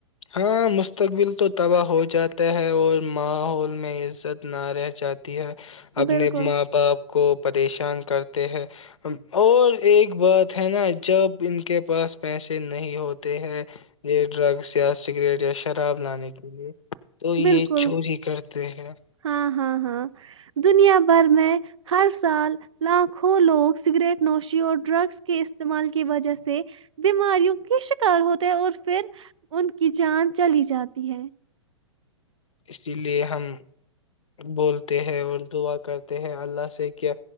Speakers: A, on the left; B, on the right.
A: ہاں مستقبل تو تباہ ہو جاتا ہے اور ماحول میں عزت نہ رہ جاتی ہے اپنے
B: بالکل
A: ماں باپ کو پریشان کرتے ہے اور ایک بات ہے نا جب ان کے پاس پیسے نہیں ہوتے ہے یہ ڈرگس پیا سگریٹ یا شراب لانے کے لیے تو یہ
B: بالکل
A: چوری کرتے ہیں
B: ہاں ہاں ہاں دنیا بھر میں ہر سال لاکھوں لوگ سگریٹ نوشی اور ڈرگس کے استعمال کی وجہ سے بیماریوں کے شکار ہوتے ہیں اور پھر ان کی جان چلی جاتی ہے
A: اسی لیے ہم بولتے ہیں اور دعا کرتے ہیں اللہ سے کیا